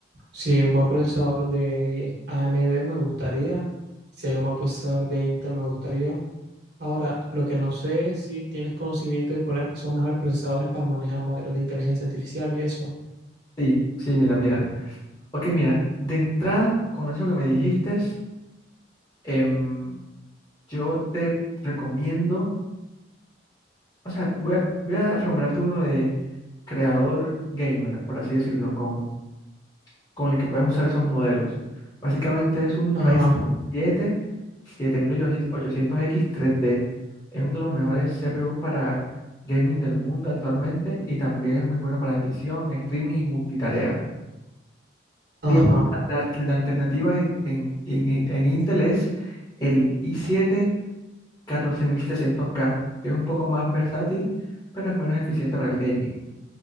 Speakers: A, on the right; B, on the left.
A: si hay un buen procesador de AMD me gustaría, si hay un buen procesador de Intel me gustaría. Ahora, lo que no sé es si tienes conocimiento de cuáles son mejores procesadores para manejar modelos de inteligencia artificial y eso.
B: Sí, sí, mira, mira. Ok, mira, de entrada, con eso que me dijiste, em, yo te recomiendo, o sea, voy a, voy a recomendarte uno de creador gamer, por así decirlo, con con el que puedas usar esos modelos. Básicamente es un
A: Ajá,
B: Ryzen siete siete mil ochocientos x tres d Es uno de los mejores CPUs para gaming del mundo actualmente y también es muy bueno para edición, streaming y multitarea. Digamos,
A: ajá,
B: la, la- la alternativa en, en, en- en- en Intel es el i siete catorce mil setecientos k que es un poco más versátil, pero es menos eficiente para el gaming.